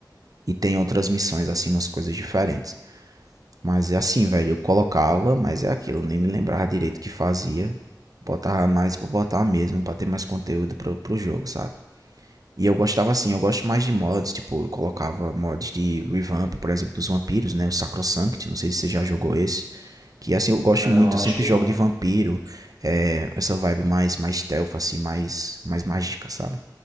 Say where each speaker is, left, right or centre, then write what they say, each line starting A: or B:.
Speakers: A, on the right (about 50°); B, on the right (about 75°).
A: E tem outras missões, assim, umas coisas diferentes. Mas é assim, velho, eu colocava, mas é aquilo, eu nem me lembrava direito o que fazia. Botava mais pra botar mesmo, pra ter mais conteúdo pro, pro jogo, sabe? E eu gostava assim, eu gosto mais de mods, tipo, eu colocava mods de revamp, por exemplo, dos vampiros, né? O Sacrosanct, não sei se você já jogou esse. Que assim, eu gosto
B: Não,
A: muito, eu
B: acho
A: sempre
B: que
A: jogo
B: não.
A: de vampiro, é, essa vibe mais, mais stealth, assim, mais, mais mágica, sabe?